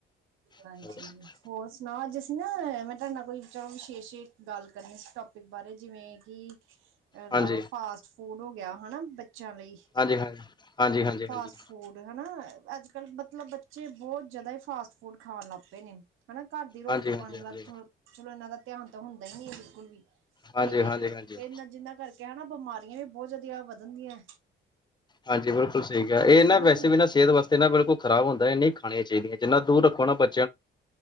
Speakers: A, on the right (about 85°); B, on the left (about 20°).
A: ਹਾਂਜੀ
B: ਤੁਸੀਂ
A: ਹੋਰ ਸੁਣਾ ਅੱਜ ਅਸੀਂ ਨਾ ਮੈਂ ਤੁਹਾਡਾ ਕੋਈ ਚਲੋ ਵਿਸ਼ੇਸ਼ ਗੱਲ ਕਰਨੀ ਇਸ ਟੋਪਿਕ ਬਾਰੇ ਜਿਵੇਂ ਕਿ ਲਾ
B: ਹਾਂਜੀ
A: ਲੋ
B: ਹਾਂਜੀ
A: ਫਾਸਟ ਫੂਡ ਹੋ ਗਿਆ ਹਨਾ ਬੱਚਿਆਂ ਲਈ
B: ਹਾਂਜੀ ਹਾਂਜੀ ਹਾਂਜੀ ਹਾਂਜੀ
A: ਫਾਸਟ
B: ਹਾਂਜੀ
A: ਫੂਡ ਹਨਾ ਅੱਜ ਕਲ ਮਤਲਬ ਬੱਚੇ ਬਹੁਤ ਜਿਆਦਾ ਹੀ ਫਾਸਟ ਫੂਡ ਖਾਣ ਲੱਗ ਪਏ ਨੇ ਹਨਾ ਘਰ ਦੀ ਰੋਟੀ
B: ਹਾਂਜੀ
A: ਪਾਣੀ
B: ਹਾਂਜੀ
A: ਵੱਲ
B: ਹਾਂਜੀ
A: ਚੋ ਚਲੋ ਇਹਨਾਂ ਦਾ ਧਿਆਨ ਤਾਂ ਹੁੰਦਾ ਹੀ ਨੀ ਹੈ ਬਿਲਕੁਲ ਵੀ ਤੇ
B: ਹਾਂਜੀ ਹਾਂਜੀ
A: ਇਹਨਾਂ
B: ਹਾਂਜੀ
A: ਜਿਨਾਂ ਕਰਕੇ ਹਨਾ ਬਿਮਾਰੀਆਂ ਵੀ ਬਹੁਤ ਜ਼ਦੀਆ ਵਧਣਦੀਆਂ
B: ਹਾਂਜੀ ਬਿਲਕੁਲ ਸਠਹੀਕ ਹੈ ਇਹ ਨਾ
A: ਹਨਾ
B: ਵੈਸੇ
A: ਜੀ
B: ਵੀ ਨਾ ਸਿਹਤ ਵਾਸਤੇ ਨਾ ਬਿਲਕੁਲ ਖਰਾਬ ਹੁੰਦਾ ਇਨੀ ਖ ਚਾਹੀਦੀਆਂ ਜਿੰਨਾ ਦੂਰ ਰੱਖੋ ਨਾ ਬ